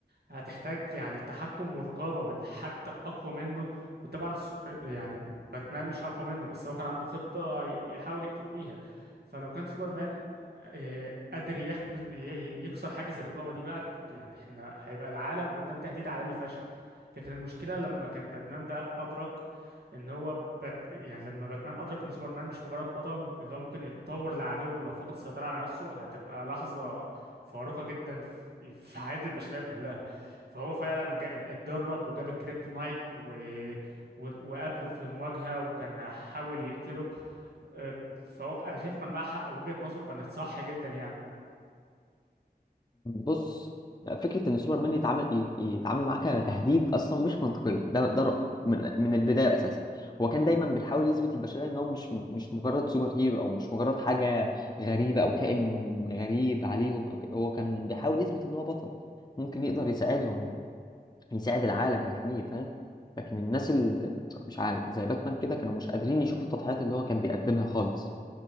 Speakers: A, on the right (about 70°); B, on the left (about 25°).
A: هتحتاج يعني تحكم ورقابة من حد أقوى منه وطبعا س- يعني باتمان مش أقوى منه بس هو كان عنده خطة ي- يحاول يقتله بيها فلو كان سوبرمان آه، قادر يح- ي- يكسر حاجز الرقابة دي بقى يعني احنا هيبقى العالم قدام تهديد عالمي فشخ لكن المشكلة لما كان باتمان بقى أدرك إن هو بات يعني لما باتمان أدرك إن سوبرمان مش مجرد بطل اللي هو ممكن يتطور لعدو لو فقد السيطرة على نفسه هتبقى لحظة فارقة جدا في في حياة البشرية كلها فهو فعلا جا- اتدرب وجاب الكريبتونايت و... و... وقابله في مواجهة وكان حاول يقتله آه، فهو انا شايفه كان معاه حق وجهة نظره كانت صح جدا يعني
B: بص فكرة إن سوبرمان يتعامل ي- يتعامل معاك كتهديد أصلا مش منطقية ده ده رأيي من من البداية أساسا هو كان دايما بيحاول يثبت للبشرية إن هو مش مش مجرد سوبر هيرو أو مش مجرد حاجة غريبة أو كائن غريب عليهم أو ك- هو كان بيحاول يثبت إن هو بطل ممكن يقدر يساعدهم يساعد العالم يحميه فاهم لكن الناس اللي مش عارف زي باتمان كده كانوا مش قادرين يشوفوا التضحيات اللي هو كان بيقدمها خالص